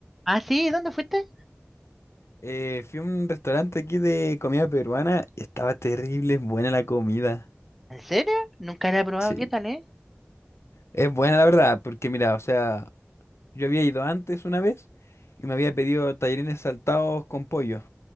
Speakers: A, in the centre; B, on the left (about 70°).
A: Ah, sí, ¿dónde fuiste?
B: Eh, fui a un restaurante aquí de comida peruana y estaba terrible, buena la comida.
A: ¿En serio? Nunca la he probado,
B: Sí.
A: ¿qué tal, eh?
B: Es buena la verdad, porque mira, o sea, yo había ido antes una vez y me había pedido tallarines saltados con pollo.